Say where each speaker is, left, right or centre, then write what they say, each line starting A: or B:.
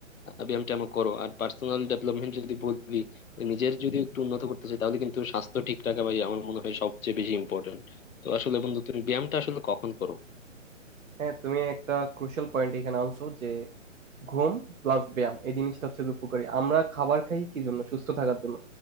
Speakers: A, on the left; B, on the right.
A: আহ, ব্যায়ামটা আমার করো আর পার্সোনাল ডেভেলপমেন্ট যদি বলি নিজের যদি একটু উন্নত করতে চাই তাহলে কিন্তু স্বাস্থ্য ঠিক রাখা ভাই আমার মনে হয় সবচেয়ে বেশি ইম্পর্টেন্ট তো আসলে বন্ধু তুমি ব্যায়ামটা আসলে কখন করো
B: হ্যাঁ তুমি একটা ক্রুশিয়াল পয়েন্ট এখানে আনছো যে ঘুম প্লাস ব্যায়াম এই জিনিসটা হচ্ছে যে উপকারী আমরা খাবার খাই কি জন্য সুস্থ থাকার জন্য